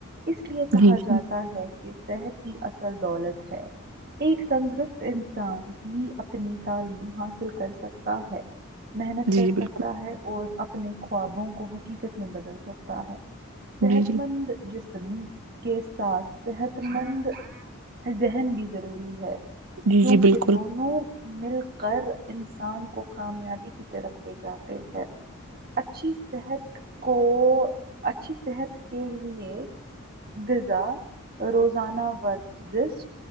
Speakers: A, on the right; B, on the right.
A: اس لیے
B: جی
A: کہا
B: جی جی
A: جاتا ہے کہ صحت کی اصل دولت ہے ایک تندرست انسان ہی اپنی تعلیم حاصل کر سکتا ہے محنت
B: جی
A: کر سکتا
B: بالکل
A: ہے اور اپ اپنے خوابوں کو حقیقت میں بدل سکتا ہے <unintelligible>
B: جی جی
A: <unintelligible> کے ساتھ صحت مند ذہن بھی ضروری ہے
B: جی
A: کیونکہ
B: جی بالکل
A: دونوں مل کر انسان کو کامیابی کی طرف لے جاتے ہے اچھی صحت کو اچھی صحت کے لیے غذا روزانہ ورزش